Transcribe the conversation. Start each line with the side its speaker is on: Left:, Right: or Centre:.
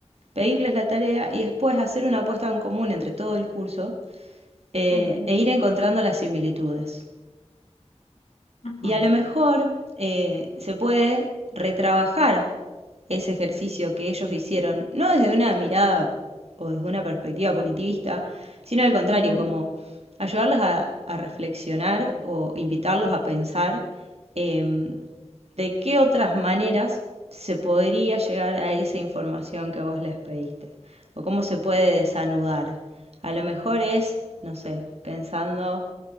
Right: pedirles la tarea y después hacer una apuesta en común entre todo el curso, eh,
Left: ujú,
Right: e ir encontrando las similitudes.
Left: ajá,
Right: Y a lo mejor eh, se puede retrabajar ese ejercicio que ellos hicieron, no desde una mirada o desde una perspectiva punitivista, sino al contrario,
Left: ujú,
Right: como ayudarles a, a reflexionar o invitarlos a pensar em, de qué otras maneras se podría llegar a esa información que vos les pediste o cómo se puede desanudar. A lo mejor es, no sé, pensando